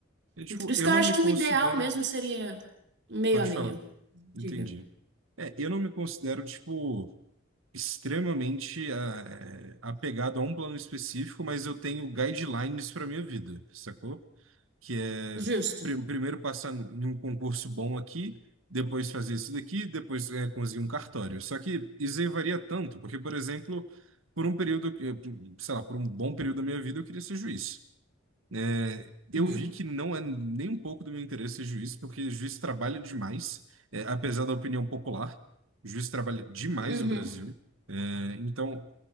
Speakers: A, on the right (about 80°); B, on the right (about 55°).
A: E, tipo,
B: Então, Por isso
A: eu
B: que eu
A: não
B: acho
A: me
B: que
A: considero.
B: o ideal mesmo seria meio
A: Pode
B: a meio,
A: falar.
B: diga.
A: Entendi. É, eu não me considero, tipo, extremamente ah, eh, apegado a um plano específico, mas eu tenho guidelines para minha vida, sacou? Que é
B: Justo.
A: pri- primeiro passar em um concurso bom aqui, depois fazer isso daqui, depois eh, conseguir um cartório. Só que isso aí varia tanto, porque, por exemplo, por um período, que- sei lá, por um bom período da minha vida, eu queria ser juiz. É, Eu
B: Uhum,
A: vi que não é nem um pouco do meu interesse ser juiz, porque juiz trabalha demais, é, apesar da opinião popular. Juiz trabalha demais
B: uhum,
A: no Brasil. É, então,